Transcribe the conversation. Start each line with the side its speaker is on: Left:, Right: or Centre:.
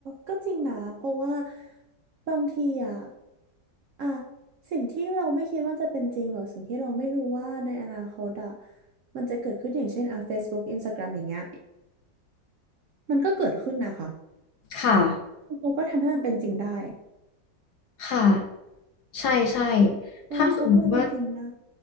Right: ก็จริงนะเพราะว่าบางทีอ่ะอ่ะสิ่งที่เราไม่คิดว่าจะเป็นจริงหรือสิ่งที่เราไม่รู้ว่าในอนาคตอ่ะมันจะเกิดขึ้นอย่างเช่นอ่ะ Facebook Instagram อย่างเงี้ยมันก็เกิดขึ้นนะคะ
Left: ค่ะ
Right: เราก็ทำให้มันเป็นจริงได้
Left: ค่ะใช่ใช่
Right: ใช่เขาทำให้เป็นจริงได้
Left: ถ้าสมมติว่า